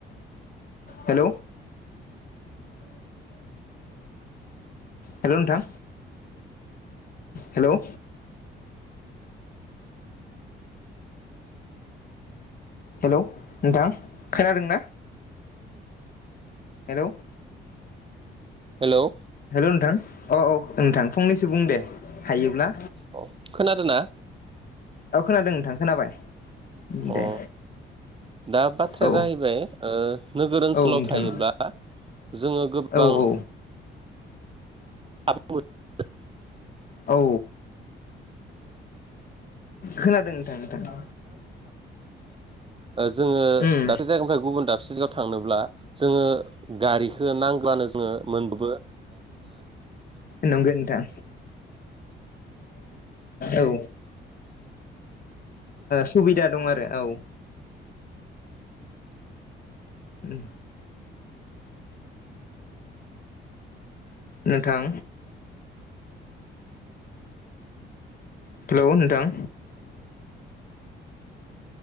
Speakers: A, on the left; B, on the right.
A: हेल' हेल' नोंथां। हेल' हेल नोंथां खोनादों ना? हेल
B: हेल'।
A: हेल' नोंथां अ औ नोंथां फंनैसो बुं दे हायोब्ला।
B: अ खोनादोंना
A: औ खोनादों नोंथां खोनाबाय। दे।
B: अ दा बाथ्राया
A: औ
B: जाहैबाय ओ नोगोर ओनसोलाव
A: औ नोंथां
B: थायोब्ला जोङो गोबां
A: औ औ
B: <unintelligible>
A: औ। खोनादों नोंथां नोंथां।
B: ओ जोङो
A: उम
B: दाबसे जायगानिफ्राय गुबुन दाबसे जायगायाव थांनोब्ला जोङो गारिखो नांगोबानो जोङो मोनबोबो।
A: नंगो नोंथां औ। ओ सुबिदा दं आरो औ। ओम। नोंथां। हेलौ नोंथां।